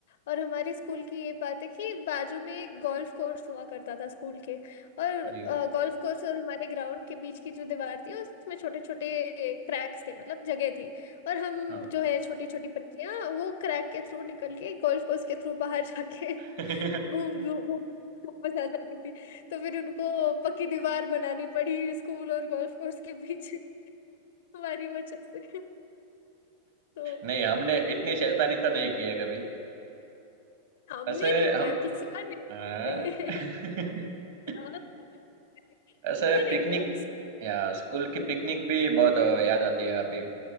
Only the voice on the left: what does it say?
और हमारे स्कूल की ये बात है कि बाजू में एक गोल्फ कोर्स हुआ करता था स्कूल के और
गोल्फ कोर्स और हमारे ग्राउंड के बीच की जो दीवार थी उसमें छोटे छोटे क्रैक्स थे मतलब जगह थी और हम
जो है छोटी छोटी बच्चियां वो क्रैक के थ्रू निकल के गोल्फ कोर्स के थ्रू बाहर जाके <laughs>
घूम घूम घूम घूम बस आ जाती थी तो फिर उनको पक्की दीवार बनानी पड़ी स्कूल और गोल्फ कोर्स के बीच में <laughs> हमारी वजह से तो
हमने
नहीं
किया किसी और ने
नहीं
हाँ, तो
<laughs> नहीं
किया उसको।